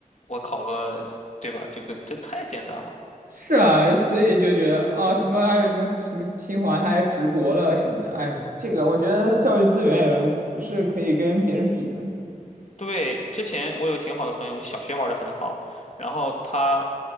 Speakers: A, on the left; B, on the right.
A: 我考个，对吧？就跟这太简单了。
B: 是啊，所以就觉得啊，什么还有什么什么清华，他还直博了什么的，哎，这个我觉得教育资源也不是可以跟别人比的。
A: 对，之前我有挺好的朋友，就小学玩的很好，然后他